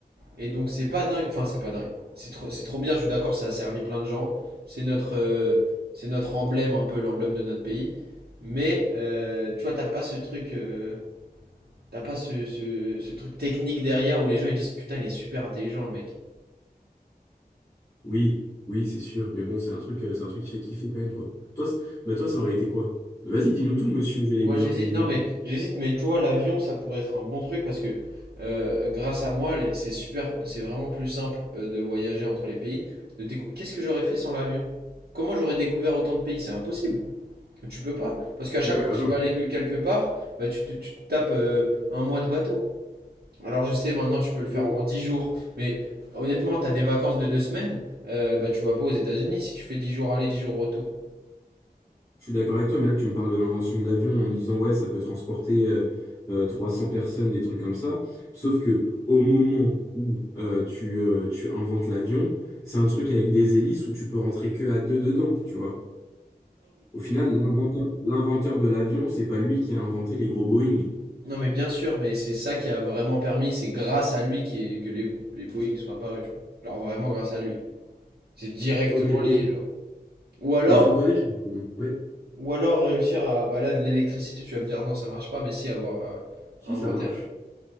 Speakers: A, on the right; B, on the left.
A: et donc c'est pas dingue, enfin, c'est pas dingue. C'est trop, c'est trop bien, je suis d'accord, ça a servi plein de gens. C'est notre, euh, c'est notre emblème, un peu l'emblème de notre pays. Mais, euh, tu vois, t'as pas ce truc, euh, t'as pas ce, ce, ce truc technique derrière où les gens ils disent, putain, il est super intelligent, le mec.
B: Oui, oui, c'est sûr. Mais bon, c'est un truc, euh, c'est un truc qui fait kiffer quand même, quoi. Toi, c- bah toi, ça aurait été quoi? Vas-y, dis-nous tout, monsieur, j'ai les
A: Moi
B: meilleures
A: j'hésite,
B: idées du
A: non
B: monde.
A: mais j'hésite, mais tu vois, l'avion ça pourrait être un bon truc parce que euh, grâce à moi, les- c'est super, c'est vraiment plus simple euh, de voyager entre les pays. De décou- Qu'est-ce que j'aurais fait sans l'avion? Comment j'aurais découvert autant de pays? C'est impossible. Tu peux pas. Parce qu'à chaque
B: Oui, mais
A: fois
B: attends,
A: que tu vas aller quelque part, bah, tu, te tu te tapes euh, un mois de bateau. Alors je sais, maintenant tu peux le faire
B: Oui,
A: en
B: oui.
A: 10 jours, mais honnêtement, t'as des vacances de deux semaines, euh, bah, tu vas pas aux États-Unis si tu fais 10 jours aller, 10 jours retour.
B: je suis d'accord avec toi, mais là, tu me parles de l'invention de l'avion en me disant, ouais, ça peut transporter euh, euh, 300 personnes, des trucs comme ça. Sauf que au moment où euh, tu, euh, tu inventes l'avion, c'est un truc avec des hélices où tu peux rentrer que à deux dedans, tu vois. Au final, l'inventeur, l'inventeur de l'avion, c'est pas lui qui a inventé les gros Boeing.
A: Non, mais bien sûr, mais c'est ça qui a vraiment permis, c'est grâce à lui qui est- que les, les Boeing sont apparus, tu vois. Genre vraiment grâce à lui. C'est directement
B: Ok,
A: lié,
B: et,
A: genre. Ou alors,
B: et tu me connais? je- suis- Ouais,
A: ou alors réussir à, bah là, de l'électricité, tu vas me dire non, ça marche pas, mais si, avoir, à-
B: si,
A: à inventer
B: ça marche.
A: un.